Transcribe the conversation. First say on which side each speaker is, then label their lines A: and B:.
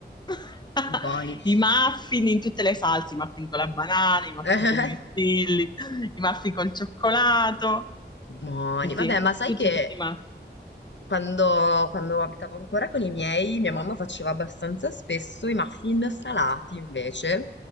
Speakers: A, on the left; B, on the left.
A: <laughs>
B: buoni,
A: I muffin in tutte le salse, i muffin con la banana, i muffin
B: <laughs>
A: con i mirtilli, i muffin col cioccolato,
B: buoni.
A: sì, sì,
B: Vabbè, ma sai
A: tutti
B: che
A: i tipi di muffin.
B: quando, quando abitavo ancora con i miei, mia mamma faceva abbastanza spesso i muffin salati invece,